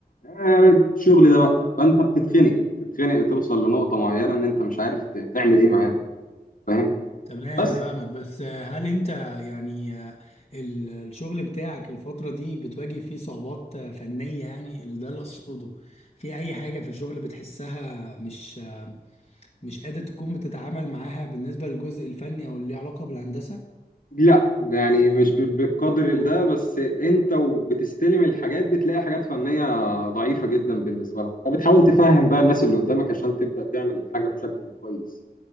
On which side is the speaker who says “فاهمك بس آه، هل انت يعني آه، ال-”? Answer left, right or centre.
Left